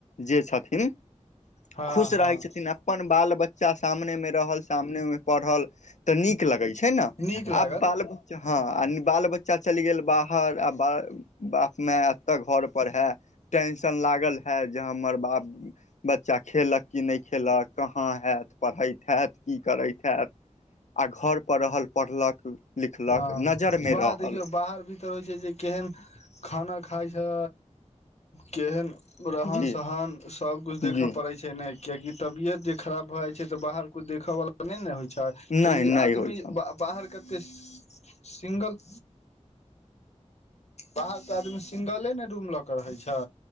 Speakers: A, on the left; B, on the left.
A: जे छथिन
B: हँ
A: खुश
B: हँ
A: रहै छथिन अप अपन बाल बच्चा सामने में रहल सामने में पढ़ल ते नीक लगे छै ने
B: नीक लागल
A: आब बाल बच्चा हँ आ बाल बच्चा चइल गेल बाहर आ ब बाप माय एतऽ घर पर है टेंशन लागल है जे हमर बाप बच्चा खेलक की नहि खेलक कहाँ हैत पढ़ैत हैत की करैत हैत। आ घरपर रहल पढ़लक लिखलक
B: हँ
A: नजर मे
B: बाह
A: रहल
B: देखियौ बाहर भीतर होइ छै जे केहन खाना खाइ छै। केहन रहन
A: जी
B: सहन सब कुछ देखऽ
A: जी
B: पड़े छै। छै ने कियकि तबियत जे खराब भए जाइ छै तऽ बाहर कुछ देखऽ बला नइ ने होइ छै।
A: नहि
B: कहियो
A: नहि
B: आदमी
A: होइ छनि
B: ब बाहर कतेऽ सिंगल बाहर त आदमी सिंगले ने रूम लऽ क रहैत छै।